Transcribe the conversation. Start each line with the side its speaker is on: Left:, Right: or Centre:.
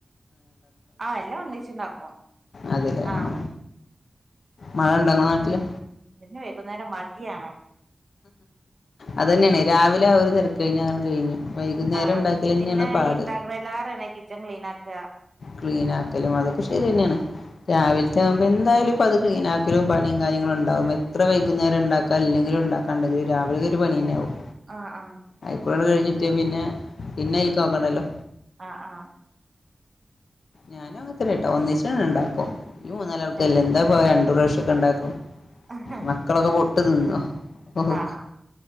Right: ആ എല്ലാം ഒന്നിച്ചുണ്ടാക്കും
Left: അത് ല്ലേ
Right: ആ
Left: ആഹ് മഴ ഇണ്ടോ ഇങ്ങളെ നാട്ടില്?
Right: പിന്നെ വൈകുന്നേരം മടിയാണ്
Left: അതന്നെണ് രാവിലെ <unintelligible> തെരക്ക് കഴിഞ്ഞ അതങ്ങട്ട് കഴിഞ്ഞു വൈകുന്നേരം
Right: ആഹ്
Left: ഉണ്ടാക്കൽ തന്നെയാണ്
Right: പിന്നെ
Left: പാട്
Right: ഈ ഇണ്ടാക്ണീലേറെണ് ഈ കിച്ചൺ ക്ലീനാക്ക
Left: ക്ലീനാക്കലും അതൊക്കെ ശെരിന്നെണ് രാവിൽത്തെ ആവു പ്പ എന്തായാലും പ്പത് ക്ലീനക്കലും പണിം കാര്യങ്ങളുണ്ടാകും എത്ര വൈകുന്നേരം ഇണ്ടാക്കാൻ ഇല്ലെങ്കിലും ഇണ്ടാക്ക കണ്ടത് രാവിലെ ഒരു പണിന്നെ ആവും
Right: ആഹ് ആഹ്
Left: അയ്ക്കുടങ്ങട്ട് കഴിഞ്ഞിട്ട്യാ പിന്നെ പിന്നെ അയിൽക്ക് നോക്കണ്ടല്ലോ
Right: ആ ആ
Left: ഞാനും അങ്ങൻത്തെന്നെട്ടോ ഒന്നിച്ചണ്ട് ഇണ്ടാക്കും ഈ മൂന്നാല് ആൾക്കല്ലേ
Right: ആ
Left: എന്താ പ്പോ രണ്ടു പ്രാവശ്യക്കെ ഇണ്ടാക്ണ്
Right: ആഹ്
Left: മക്കളൊക്കെ പുട്ട് തിന്നോ ഓഹ്
Right: ആഹ്